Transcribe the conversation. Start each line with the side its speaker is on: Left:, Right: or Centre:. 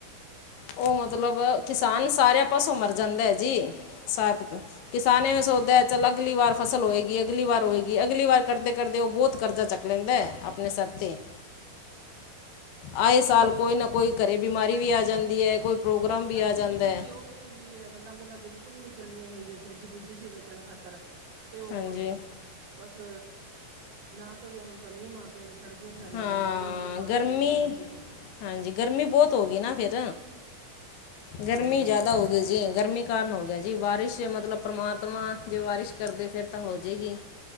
Left: ਉਹ ਮਤਲਬ ਕਿਸਾਨ ਸਾਰਿਆਂ ਪਾਸੋਂ ਮਰ ਜਾਂਦਾ ਐ ਜੀ ਸਾਥ ਕੋ ਕਿਸਾਨੇ ਐਵੇਂ ਸੋਚਦਾ ਚੱਲ ਅਗਲੀ ਵਾਰ ਫਸਲ ਹੋਏਗੀ ਅਗਲੀ ਵਾਰ ਹੋਏਗੀ ਅਗਲੀ ਵਾਰ ਕਰਦੇ ਕਰਦੇ ਉਹ ਬੋਤ ਕਰਜ਼ਾ ਚੱਕ ਲੈਂਦੇ ਆਪਣੇ ਸਿਰ ਤੇ ਆਏ ਸਾਲ ਕੋਈ ਨਾ ਕੋਈ ਘਰੇ ਬਿਮਾਰੀ ਵੀ ਆ ਜਾਂਦੀ ਐ ਕੋਈ ਪ੍ਰੋਗਰਾਮ
Right: ਸਬਜ਼ੀ
Left: ਵੀ ਆ ਜਾਂਦਾ
Right: ਬੀਜੀ
Left: ਹੈ
Right: ਸੀ ਉਹ ਵੀ ਨੀਂਦੀ ਵੱਲਾਂ ਬੁੱਲਾਂ ਬਿਲਕੁਲ ਨੀ ਚੱਲਣੀਆਂ ਹੈਗੀਆਂ ਸਬਜ਼ੀ ਬੀਜੀ ਸੀ ਵੇਚਣ ਖਾਤਰ ਤੋ,
Left: ਹਾਂਜੀ
Right: ਬਸ ਨਾ ਕੋਈ ਹੁਣ ਤਾਂ ਮੀਂਹ ਮਾ ਪੇ ਛੜ ਗਈਆਂ ਸਾਰੀਆਂ
Left: ਹਾਂ
Right: ਵੇਲਾਂ ਉਹ ਨੁਕਸਾਨ
Left: ਗਰਮੀ
Right: ਹੋਏ ਈ ਹੈਗਾ ਜੀ ਹੁਣ
Left: ਹਾਂਜੀ ਗਰਮੀ ਬਹੁਤ ਹੋ ਗਈ ਨਾ ਫਿਰ, ਗਰਮੀ
Right: ਹਾਂਜੀ
Left: ਜ਼ਿਆਦਾ ਹੋ ਗਈ ਜੀ ਗਰਮੀ ਕਰਨ ਹੋ ਗਿਆ ਜੀ ਬਾਰਿਸ਼ ਮਤਲਬ ਪਰਮਾਤਮਾ ਜੇ ਬਾਰਿਸ਼ ਕਰਦੇ ਫਿਰ ਤਾਂ ਹੋ ਜਾਏਗੀ।